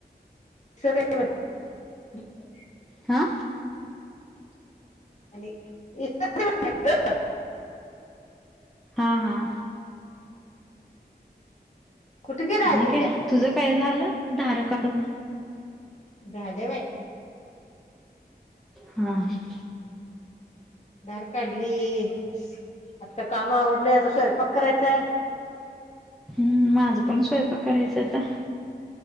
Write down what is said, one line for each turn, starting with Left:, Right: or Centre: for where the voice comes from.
Left: <unintelligible>
Centre: हा
Left: <unintelligible>
Centre: हा.. हा...
Left: कुठे गेला
Centre: आणि
Left: अजिंक्य
Centre: काय. तुझं काय झालं, धारा काढून.
Left: झालं बाई.
Centre: हा.. हा..
Left: धार काढली. आता काम आवरल, आता स्वयंपाक करायचाय.
Centre: हम्म.. माझ पण स्वयंपाक करायचा आता,